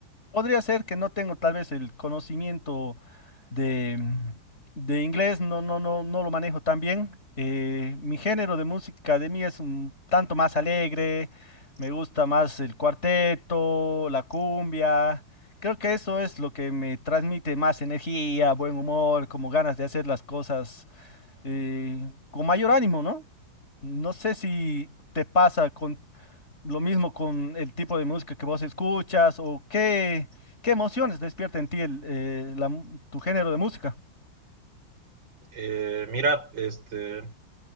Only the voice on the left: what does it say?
podría ser que no tengo tal vez el conocimiento de, de inglés, no, no, no, no lo manejo tan bien. eh, mi género de música de mí es un tanto más alegre, me gusta más el cuarteto, la cumbia. Creo que eso es lo que me transmite más energía, buen humor, como ganas de hacer las cosas eh, con mayor ánimo, ¿no? No sé si te pasa con lo mismo con el tipo de música que vos escuchas o qué, qué emociones despierta en ti el, eh, la mu- tu género de música.